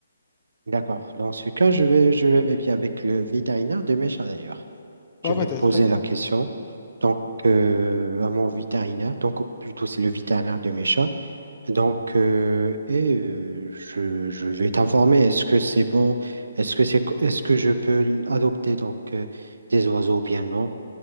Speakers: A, on the right; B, on the left.
A: D'accord. Dans ce cas, je vais, je vais vérifier avec le vétérinaire de mes chats d'ailleurs. Je
B: Ah
A: vais
B: bah t'as
A: poser
B: très bien.
A: la question donc, euh, à mon vétérinaire. Donc, plutôt, c'est le vétérinaire de mes chats. Donc, euh, et euh, je, je vais t'informer, est-ce que c'est bon, est-ce que c'est, est-ce que je peux l- adopter donc euh, des oiseaux ou bien non?